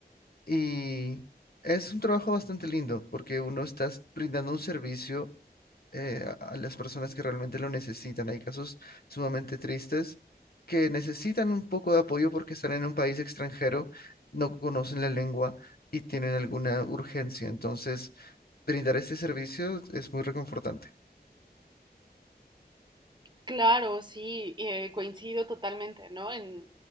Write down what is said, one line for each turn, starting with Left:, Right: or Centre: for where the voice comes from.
Left: Y es un trabajo bastante lindo porque uno está brindando un servicio eh, a, a las personas que realmente lo necesitan. Hay casos sumamente tristes que necesitan un poco de apoyo porque están en un país extranjero, no conocen la lengua y tienen alguna urgencia. Entonces, brindar este servicio es muy reconfortante.
Right: Claro, sí, eh, coincido totalmente, ¿no? En